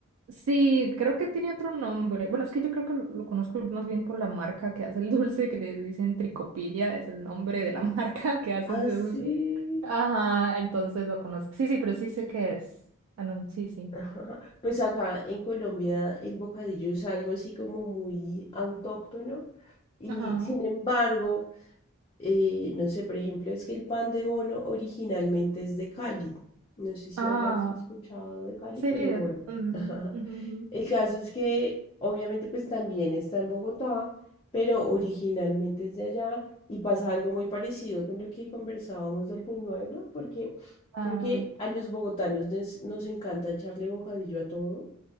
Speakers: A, on the right; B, on the left.
A: sí, creo que tiene otro nombre. Bueno, es que yo creo que lo, lo conozco más bien por la marca que hace el dulce, que le dicen Tricopilia, es el nombre de la <laughs> marca que hace
B: Así.
A: ese dulce. Ajá, entonces lo conozco. Sí, sí, pero sí sé qué es. Ah, no, sí, sí.
B: Ajá. Pues acá en Colombia el bocadillo es algo así como muy autóctono. Y
A: Ajá.
B: sin embargo, eh, no sé, por ejemplo, es que el pan de bono originalmente es de Cali. No sé si
A: Ah,
B: habrás escuchado de Cali,
A: sí.
B: pero bueno.
A: ujú,
B: <laughs>
A: ujú, ujú.
B: El caso es que obviamente pues también está en Bogotá, pero originalmente es de allá y pasa algo muy parecido con lo que conversábamos del buñuelo, porque
A: Ah,
B: creo que a los bogotanos nos, nos encanta echarle bocadillo a todo.